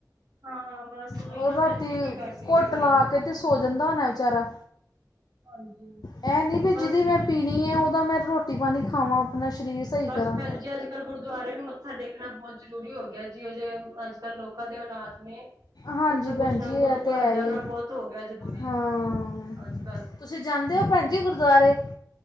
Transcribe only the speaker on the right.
ਹਾਂ ਬਸ ਉਹੀ
ਨਾ
ਭੈਣ ਜੀ ਕੀ ਕਰ ਸਕਦਾ
ਕੋਈ
ਹਾਂਜੀ।
ਬਸ
ਬਸ
ਭੈਣ ਜੀ ਅੱਜ ਕੱਲ੍ਹ ਗੁਰਦੁਆਰੇ ਵੀ ਮੱਥਾ ਟੇਕਣਾ ਬਹੁਤ ਜ਼ਰੂਰੀ ਹੋ ਗਿਆ ਜੀ ਉਹ ਜੇ ਅੱਜ ਕੱਲ੍ਹ ਲੋਕਾਂ ਦੇ ਹਾਲਾਤ ਨੇ
ਕੁੱਛੋ ਕੁਛ
ਨਾ
ਗੁਰੂ
ਘਰ
ਜਾਣਾ ਬਹੁਤ ਹੋ ਗਿਆ ਜ਼ਰੂਰੀ
ਅੱਜ- ਕੱਲ